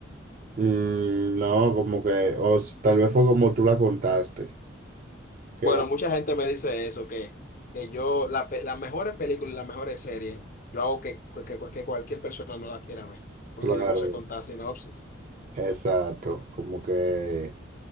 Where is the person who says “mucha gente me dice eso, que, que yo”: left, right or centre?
Left